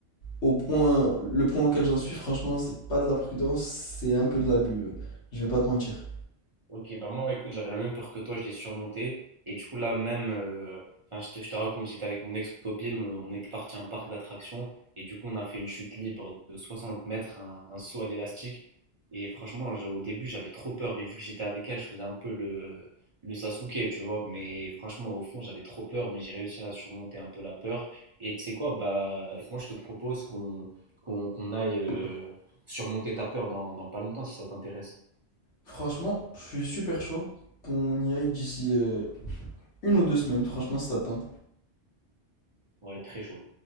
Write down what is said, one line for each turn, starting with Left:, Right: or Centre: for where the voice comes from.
Left: Au point, le point auquel j'en suis, franchement, c'est pas de la prudence, c'est un peu de l'abus. euh, Je vais pas te mentir.
Right: Ok, bah moi, écoute, j'avais la même peur que toi, je l'ai surmontée. Et du coup, là, même, euh, enfin, je te, je te raconte, j'étais avec mon ex-copine, on, on était parti à un parc d'attractions. Et du coup, on a fait une chute libre de 60 mètres, un, un saut à l'élastique. Et franchement, je- au début, j'avais trop peur. Mais vu que j'étais avec elle, je faisais un peu le, le Sasuke, tu vois. Mais franchement, au fond, j'avais trop peur. Mais j'ai réussi à surmonter un peu la peur. Et tu sais quoi, bah, moi, je te propose qu'on qu'on qu'on aille euh, surmonter ta peur dans, dans pas longtemps, si ça t'intéresse.
Left: Franchement, je suis super chaud qu'on y aille d'ici euh, une ou deux semaines. Franchement, si t'attends.
Right: Ouais, très chaud.